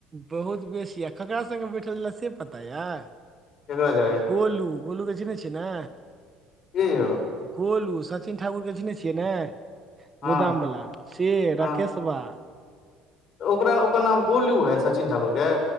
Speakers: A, on the right (about 25°); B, on the left (about 50°).
A: बहुत बेसी, आ ककरा संगे बैठल छलय से नइ पता यऽ,
B: केकरा जेबै
A: गोलू। गोलूके चिनहै छियै ने?
B: के यौ?
A: गोलू, सचिन ठाकुर के चिनहै छियै ने,
B: हँ
A: गोदाम बला से
B: हँ
A: राकेश बा।
B: ओकरा, ओकर नाम गोलू ऐ सचिन ठाकुर के?